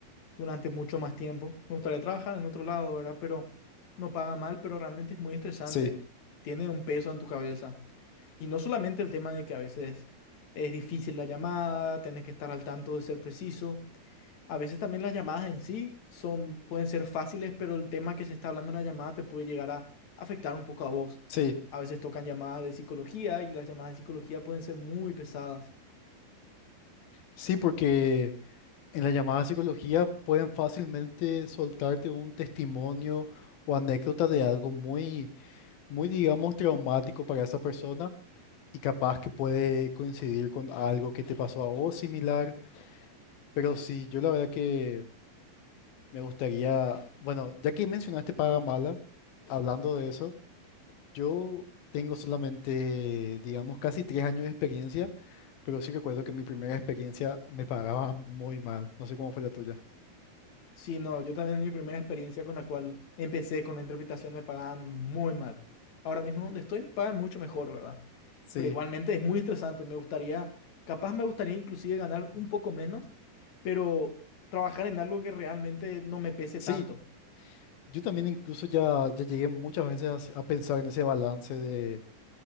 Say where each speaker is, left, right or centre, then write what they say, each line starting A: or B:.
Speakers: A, on the left (about 55°); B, on the left (about 75°).
A: durante mucho más tiempo. Me gustaría trabajar en otro lado, ¿verdad? Pero no paga mal, pero realmente es muy estresante,
B: Sí,
A: tiene un peso en tu cabeza. Y no solamente el tema de que a veces es difícil la llamada, tienes que estar al tanto de ser preciso. A veces también las llamadas en sí son, pueden ser fáciles, pero el tema que se está hablando en la llamada te puede llegar a afectar un poco a vos.
B: sí,
A: A veces tocan llamadas de psicología y las llamadas de psicología pueden ser muy pesadas.
B: sí, porque en la llamada psicología pueden fácilmente soltarte un testimonio o anécdota de algo muy muy, digamos, traumático para esa persona y capaz que puede coincidir con algo que te pasó a vos similar. Pero sí, yo la verdad que me gustaría, bueno, ya que mencionaste paga mala, hablando de eso, yo tengo solamente, digamos, casi tres años de experiencia, pero sí recuerdo que mi primera experiencia me pagaba muy mal. No sé cómo fue la tuya.
A: Sí, no, yo también mi primera experiencia con la cual empecé con la interpretación me pagaban muy mal. Ahora mismo donde estoy pagan mucho mejor, ¿verdad?
B: Sí,
A: Pero igualmente es muy estresante, me gustaría, capaz me gustaría inclusive ganar un poco menos, pero trabajar en algo que realmente no me pese
B: sí,
A: tanto.
B: yo también incluso ya, ya llegué muchas veces a, s- a pensar en ese balance de,